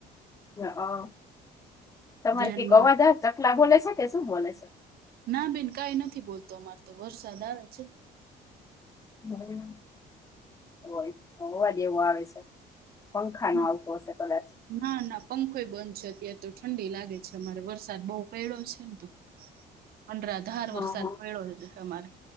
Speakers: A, on the left; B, on the right.
A: હઅ તમારે
B: ધ્યાનમાં
A: કંઈક અવાજ આવે છે ચકલા બોલે છે કે શું બોલે છે
B: ના બેન કઈ નથી બોલતું અમારે તો વરસાદ આવે છે.
A: હમ્મ હોય અવાજ એવો આવે સે પંખા નો
B: ના
A: આવતો અશે કદાચ
B: ના ના પંખોઈ બંધ છે અત્યાર તો ઠંડી લાગે છે અમારે વરસાદ બઉ પડ્યો છે ને તો અંળાધાર
A: હા
B: વરસાદ
A: હા
B: પડ્યો અમારે